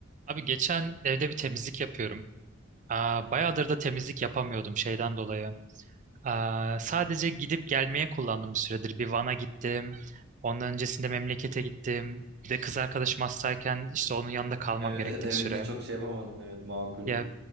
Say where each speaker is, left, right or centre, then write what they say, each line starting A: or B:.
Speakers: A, on the right; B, on the right.
A: Abi geçen evde bir temizlik yapıyorum. Aa, bayağıdır da temizlik yapamıyordum şeyden dolayı. Aa, sadece gidip gelmeye kullandım bir süredir. Bir Van'a gittim. Ondan öncesinde memlekete gittim. Bir de kız arkadaşım hastayken işte onun yanında kalmam
B: Evet,
A: gerekti
B: evet evinde
A: bir süre.
B: çok şey yapamadın. Evet, makul.
A: Ya